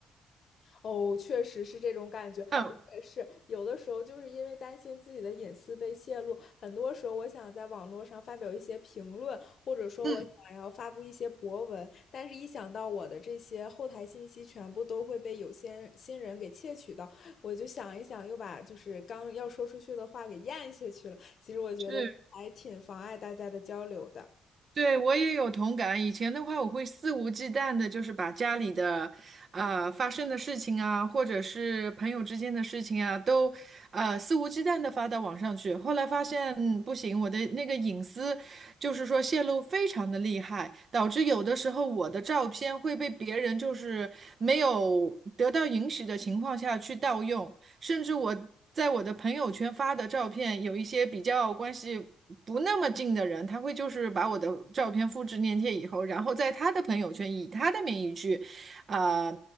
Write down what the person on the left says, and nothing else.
哦，确实是这种感觉，
我也是。有的时候就是因为担心自己的隐私被泄露，很多时候我想在网络上发表一些评论，或者说我想要发布一些博文，
但是一想到我的这些后台信息全部都会被有些新人给窃取到，我就想一想，又把就是刚要说出去的话给咽下去了。其实我觉得还挺妨碍大家的交流的。